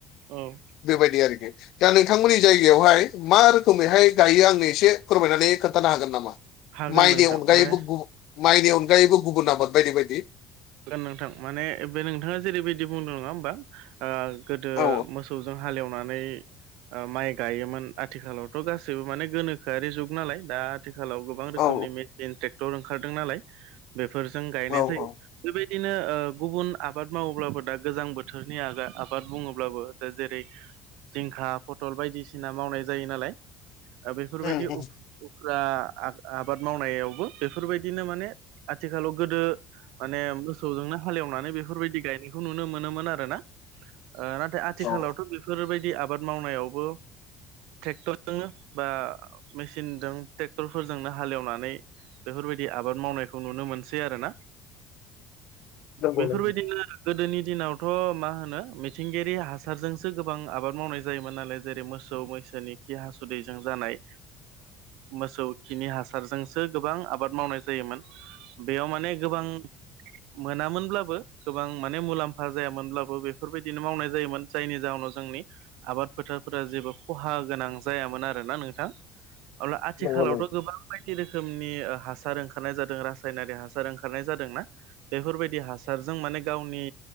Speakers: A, on the right; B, on the left.
A: औ
B: बेबायदि आरोखि दा नोंथांमोननि जायगायावहाय मा रोखोमैहाय गायो आंनो एसे फोरमायनानै खोन्थानो हागोन नामा
A: हागोन
B: माइनि
A: नोंथां
B: अनगायैबो
A: माने
B: गु माइनि अनगायैबो गुबुन आबाद बायदि बायदि
A: नोंथां माने बे नोंथाङा जेरैबायदि बुंदों नङा होमबा आ गोदो
B: औ
A: मोसौजों हाले एवनानै माइ गायोमोन आथिखालावथ' गासैबो माने गोनोखोआरि जुग नालाय दा आथिखालाव गो गोबां रोखोमनि
B: औ
A: मेसिन ट्रेक्टर ओंखारदों नालाय बेफोरजों गायनाय
B: औ
A: जायो
B: औ
A: बेबायदिनो गुबुन आबाद मावोब्लाबो दा गोजां बोथोरनि आ आबाद बुङोब्लाबो दा जेरै जिंखा फटल बायदिसिना मावनाय जायो नालाय बेफोरबायदि
B: उम उम
A: उफ्रा आबाद मावनायावबो बेफोरबायदिनो माने आथिखालाव गोदो माने मोसौजोंनो हालेवनानै बेफोरबायदि गायनायखौ नुनो मोनोमोन आ रोना नाथाय आथिखालावथ'
B: औ
A: बेफोरबायदि आबाद मावनायावबो ट्रेक्टरजोंनो बा मेसिनजों ट्रेक्टरफोरजोंनो हालेवनानै बेफोरबायदि आबाद मावनायखौ नुनो मोनसै आरोना
B: नंगौ
A: बेफोरबायदिनो
B: नंगौ
A: गोदोनि दिनावथ' मा होनो मिथिंगायारि हासारजोंसो गोबां आबाद मावनाय जायोमोन नालाय जेरै मोसौ मै सोनि खि हासुदैजों जानाय मोसौ खिनि हासारजोंसो गोबां आबाद मावनाय जायोमोन बेयाव माने गोबां मोनामोनब्लाबो गोबां माने मुलाम्फा जायामोनब्लाबो बेफोरबायदिनो मावनाय जायोमोन जायनि जाहोनाव जोंनि आबाद फोथारफोरा जेबो खहा गोनां जायामोन आरोना नोंथां अब्ला आथिखालावथ'
B: नंगौ नंगौ
A: गोबां बायदि रोखोमनि हासार ओंखारनाय जादों रासायनारि हासार ओं खारनाय जादोंना बेफोरबायदि हासारजों माने गावनि